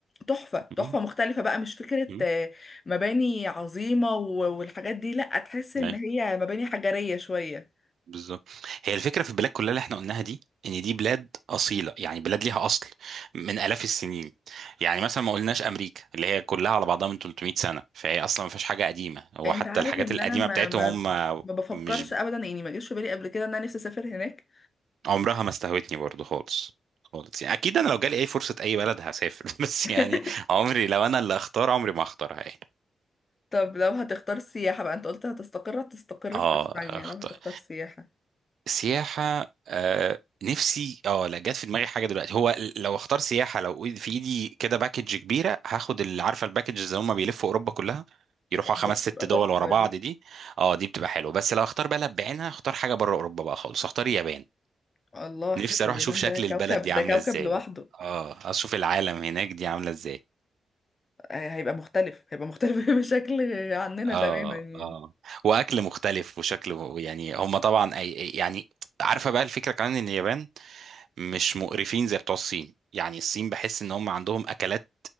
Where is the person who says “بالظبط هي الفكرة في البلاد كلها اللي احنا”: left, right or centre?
Right